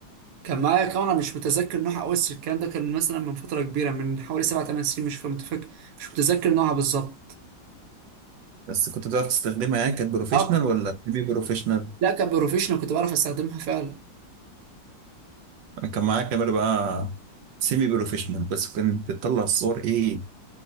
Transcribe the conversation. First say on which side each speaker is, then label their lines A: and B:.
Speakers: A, on the right (about 60°); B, on the right (about 80°).
A: كان معايا كاميرا مش متذكر نوعها قوي بس الكلام ده كان مثلا من فتره كبيره من حوالي 7 8 سنين مش متفكر مش متذكر نوعها بالظبط
B: بس كنت بتعرف تستخدمها يعني كانت بروفيشنال
A: اه كنت-
B: ولا سيمي بروفيشنال
A: لا كان بروفيشنال كنت بعرف استخدمها فعلا
B: انا كان معايا كاميرا بقى سيمي بروفيشنال بس كانت بتطلع الصور ايه